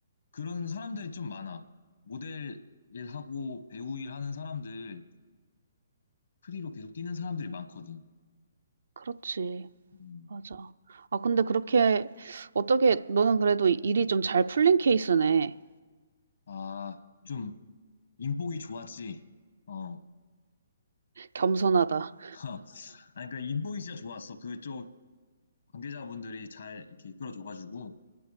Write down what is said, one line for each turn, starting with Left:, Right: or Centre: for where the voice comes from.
Left: 그런 사람들이 좀 많아. 모델 일하고 배우 일하는 사람들, 프리로 계속 뛰는 사람들이 많거든.
Right: 그렇지.
Left: 음.
Right: 맞아. 아, 근데 그렇게 어떻게 너는 그래도 일이 좀 잘 풀린 케이스네.
Left: 아, 좀 인복이 좋았지. 어.
Right: 겸손하다.
Left: <laughs> 아니 그러니까 인복이 진짜 좋았어. 그쪽 관계자분들이 잘 이렇게 이끌어줘가지고